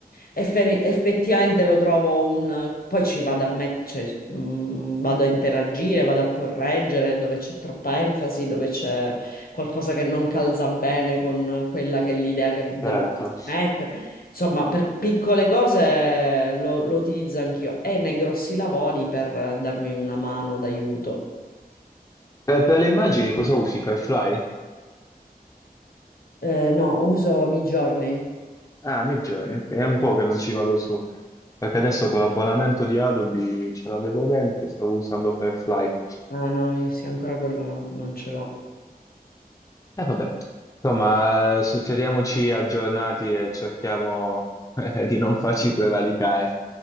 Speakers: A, on the left (about 70°); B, on the left (about 20°).
A: Effe- effettivamente lo trovo un... Poi ci vado a met- cioè, mm, vado a interagire, vado a correggere dove c'è troppa enfasi, dove c'è qualcosa che non calza bene con quella che è l'idea che devo
B: Certo.
A: mettere. Insomma, per piccole cose lo, lo utilizzo anch'io e nei grossi lavori per eh, darmi una mano d'aiuto.
B: Per, per le immagini cosa usi? Firefly?
A: Eh, no, uso Midjourney.
B: Ah, nei giorni, ok. È un po' che non ci vado su, perché adesso con l'abbonamento di Adobe ce l'avevo dentro e stavo usando Firefly.
A: Ah no, sì, ancora quello non ce l'ho.
B: E vabbè, insomma, eh, so- teniamoci aggiornati e cerchiamo <laughs> eh, di non farci prevaricare.